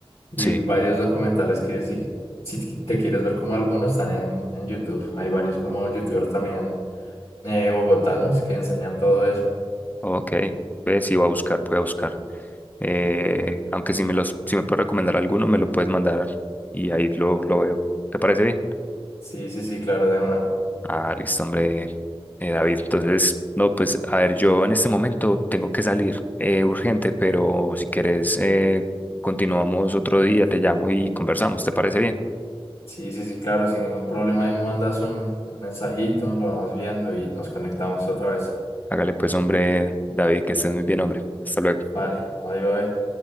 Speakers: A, on the left; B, on the left.
A: y
B: Sí,
A: varios documentales que si, si te te quieres ver como algunos están en, en YouTube. Hay varios como youtubers también eh, bogotanos que enseñan todo eso.
B: ok. Ve, sí, voy a buscar, voy a buscar. Eh, aunque si me los, si me puedes recomendar alguno, me lo puedes mandar y ahí lo, lo veo. ¿Te parece bien?
A: Sí, sí, sí, claro, de una.
B: Ah, listo, hombre, eh, David. Entonces, no, pues, a ver, yo en este momento tengo que salir eh, urgente, pero si quieres, eh, continuamos otro día, te llamo y conversamos, ¿te parece bien?
A: Sí, sí, sí, claro, sin ningún problema. Ahí me mandas un, un mensajito, lo vamos viendo y nos conectamos otra vez.
B: Hágale pues, hombre, David, que estés muy bien, hombre. Hasta luego.
A: Vale, bye, bye.